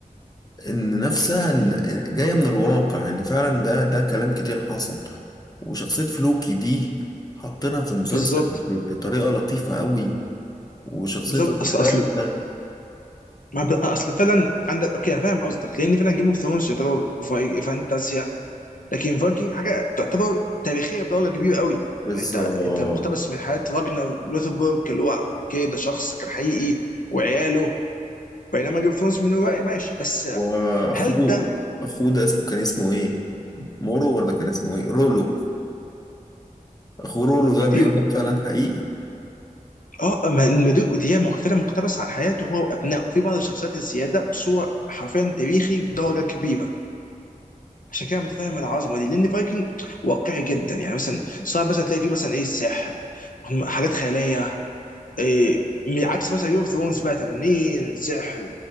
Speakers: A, on the left (about 25°); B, on the left (about 70°).
A: إن نفسها إن جاية من الواقع إن فعلا ده ده كلام كتير حصل وشخصية فلوكي دي حطينا في المسلسل
B: بالظبط
A: بطريقة لطيفة قوي وشخصية
B: بالظبط
A: الرباع
B: اصل اصل
A: ده
B: ما ب- اصل فعلا عندك اوكي أنا فاهم قصدك لان فعلا جيم اوف ثرونز يعتبر في- فانتازيا لكن فايكنج حاجه تعتبر تاريخيه بدرجه كبيره قوي
A: بالظبط
B: إن انت انت مقتبس من حياه راجنر لوثبورج اللي هو اوكي ده شخص كان حقيقي وعياله بينما جيم اوف ثرونز من روايه ماشي بس
A: وأخوه
B: هل ده
A: أخوه ده اسمه كان اسمه إيه؟ مورو ولا كان اسمه إيه؟ رولو أخوه رولو ده بيقول
B: في
A: لك فعلا حقيقي
B: اه ما مدوك ودي مغفره مقتبس عن حياته هو وابنائه وفي بعض الشخصيات الزياده بصوره حرفيا تاريخي بدرجه كبيره عشان كده متفاهم العظمه دي لان فايكنج واقعي جدا يعني مثلا صعب مثلا تلاقي فيه مثلا ايه السحر هم- حاجات خياليه إيه من عكس مثلا جيم اوف ثرونز بقى تنانين سحر